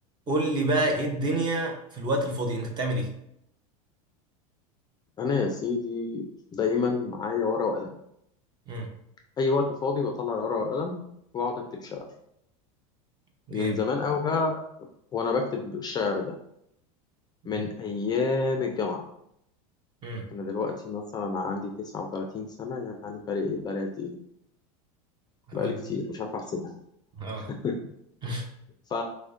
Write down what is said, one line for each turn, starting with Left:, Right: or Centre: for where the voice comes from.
Right: قول لي بقى ايه الدنيا في الوقت الفاضي انت بتعمل ايه
Left: انا يا سيدي دايما معايا ورقه وقلم
Right: امم
Left: اي وقت فاضي بطلع ورقه وقلم واقعد اكتب شعر
Right: جامد
Left: من زمان قوي بقى وانا بكتب الشعر ده من
Right: امم
Left: ايام الجامعه
Right: امم
Left: انا دلوقتي مثلا عندي 39 سنه يعني بقالي بلدي
Right: هقول
Left: بقالي كتير
Right: لك.
Left: مش عارف احسبها
Right: اه
Left: <laughs>
Right: <laughs>
Left: ف